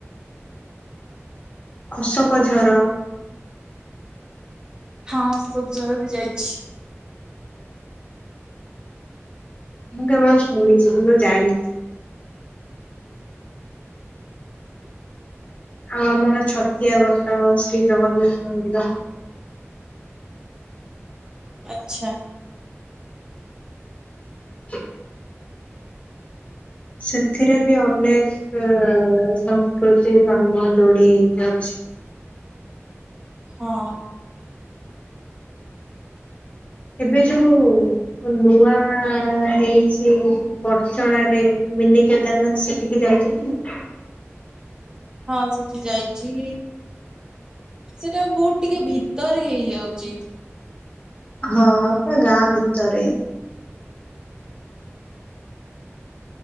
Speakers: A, on the left (about 30°); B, on the right (about 15°).
A: ଅଶୋକ ଝର।
B: ହଁ ସବୁ ଜର ବି ଯାଇଛି।
A: ମୁଁ କେବଳ ଶୁଣିଛି କିନ୍ତୁ ଯାଇନି। ଆଉ ଆମର ଛତିଆ ବଟ ଶ୍ରୀ ଜଗନ୍ନାଥ ମନ୍ଦିର।
B: ଆଛା।
A: <inaudible> ସେଥିରେ ବି ଅନେକ ସଂସ୍କୃତି ଧର୍ମ ଯୋଡିହେଇକି ଅଛି।
B: ହଁ।
A: ଏବେ ଯୋଉ ନୂଆ ହେଇଛି। ବଡ଼ଚଣାରେ ମିନି କେଦାରନାଥ ସେଠିକି ଯାଇଛନ୍ତି ନା
B: ହଁ ସେଠି ଯାଇଛି ସେଟା ବହୁତ ଟିକେ ଭିତରେ ହେଇଯାଉଚି।
A: ହଁ ପୁରା ଗାଁ ଭିତରେ।